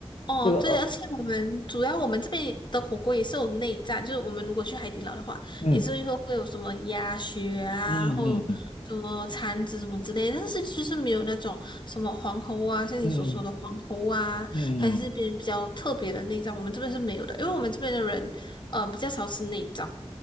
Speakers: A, on the left; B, on the left.
A: 哦，
B: 这个而
A: 对，而且我们主要我们这边的火锅也是有内脏，就是我们如果去海底捞的话，
B: 嗯
A: 也是会会有什么鸭血啊，
B: 嗯嗯嗯
A: 然后什么肠子什么之类的，但是就是没有那种什么黄喉啊，像你所说的黄喉啊，
B: 嗯嗯嗯，
A: 还是比比较特别的内脏，我们这边是没有的，因为我们这边的人呃比较少吃内脏，